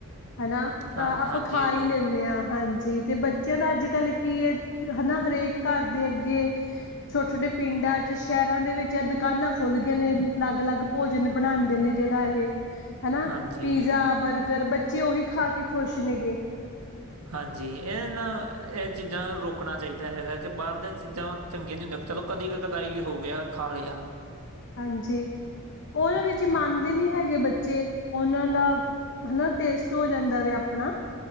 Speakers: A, on the left; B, on the right.
A: ਹਨਾ,
B: ਹਾਂ,
A: ਤਾਂ ਆਪਾਂ
B: ਹਾਂਜੀ,
A: ਖਾ
B: ਹਾਂਜੀ,
A: ਈ ਲੈਂਨੇ ਆ ਹਾਂਜੀ ਤੇ ਬ ਬਚਿਆਂ ਦਾ ਅੱਜ ਕੱਲ੍ਹ ਕੀ ਏ ਹਨਾ ਹਰੇਕ ਘਰ ਦੇ ਅੱਗੇ ਛੋਟੇ- ਛੋਟੇ ਪਿੰਡਾਂ ਚ, ਸ਼ਹਿਰਾਂ ਦੇ ਵਿੱਚ ਅ ਦ ਦੁਕਾਨਾਂ ਖੁਲ ਗਏ ਨੇ ਲੱਗ- ਲੱਗ ਭੋਜਨ ਬਣਾਂਦੇ ਨੇ ਜੇੜਾ ਇਹ। ਹਨਾ
B: ਹਾਂਜੀ,
A: ਪੀਜ਼ਾ, ਬਰਗਰ ਬੱਚੇ ਓਹੀ ਖਾ ਕੇ ਖ਼ੁਸ਼ ਨੇ ਗੇ।
B: ਹਾਂਜੀ, ਏ ਨਾ ਏ - ਚੀਜ਼ਾਂ ਰੋਕਣਾ ਚਾਈਦਾ ਹੈਗਾ ਕਿ ਬਾਹਰ ਦੀਆਂ ਚੀਜ਼ਾਂ ਚੰਗੀਆਂ ਨੀ ਹੁੰਦੀਆਂ, ਚਲੋ ਕਦੀ ਕ- ਕਦਾਈ ਹੋ ਗਿਆ ਖਾ ਲਿਆ। <inaudible>
A: ਹਾਂਜੀ, ਓ ਨਾ ਵਿੱਚ ਮੰਨਦੇ
B: ਹਾਂ,
A: ਨੀ ਹੈਗੇ ਬੱਚੇ। ਓਨਾਂ ਦਾ ਹਨਾ ਟੇਸਟ ਹੋ ਜਾਂਦਾ ਵੇ ਅਪਣਾ।